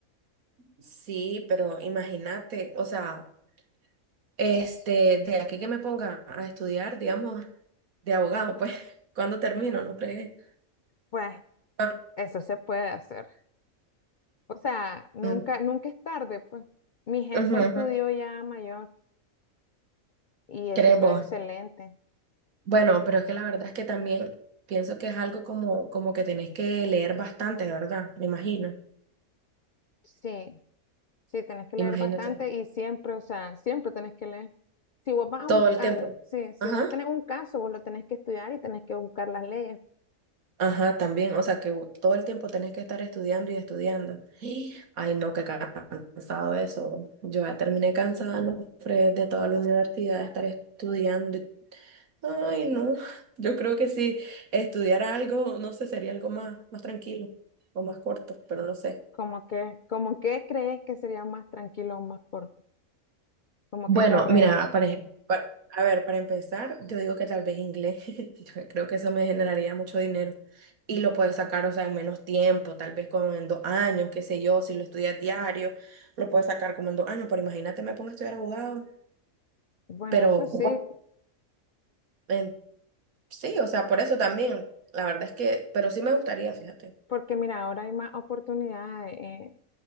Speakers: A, on the right (about 80°); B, on the left (about 60°).
A: Sí, pero imagínate, o sea, este, de aquí que me ponga a estudiar, digamos, de abogado, pues, <laughs> ¿cuándo termino? No fregué.
B: Pues
A: Ah,
B: eso se puede hacer. O sea, nunca,
A: mm,
B: nunca es tarde, pues. Mi jefe
A: ujú, ujú,
B: estudió ya mayor y es
A: ¿Crees
B: súper
A: vos?
B: excelente.
A: Bueno, pero es que la verdad es que también pienso que es algo como, como que tenés que leer bastante, ¿verdad? Me imagino.
B: Sí, Sí, tenés que
A: Imagínate.
B: leer bastante y siempre, o sea, siempre tenés que leer. Si vos vas a
A: Todo
B: un,
A: el
B: a-
A: tiempo.
B: sí, si
A: Ajá.
B: vos tenés un caso, vos lo tenés que estudiar y tenés que buscar las leyes.
A: Ajá, también, o sea que vo- todo el tiempo tenés que estar estudiando y estudiando. Y, Ay, no, qué cansado eso. Yo ya terminé cansada, no, Fred, de toda la universidad, de estar estudiando. y- Ay, no, yo creo que si estudiara algo, no sé, sería algo más, más tranquilo o más corto, pero no sé.
B: Como que, como que crees que sería más tranquilo o más corto, como
A: Bueno,
B: qué carrera.
A: mira, para, ej- pa- a ver, para empezar, yo digo que tal vez inglés, <laughs> yo creo que eso me generaría mucho dinero y lo puedes sacar, o sea, en menos tiempo, tal vez como en dos años, qué sé yo, si lo estudias diario, lo puedes sacar como en dos años, pero imagínate, me pongo a estudiar abogado,
B: Bueno,
A: pero
B: eso sí,
A: en- sí, o sea, por eso también, la verdad es que, pero sí me gustaría, fíjate.
B: porque mira, ahora hay más oportunidades. eh,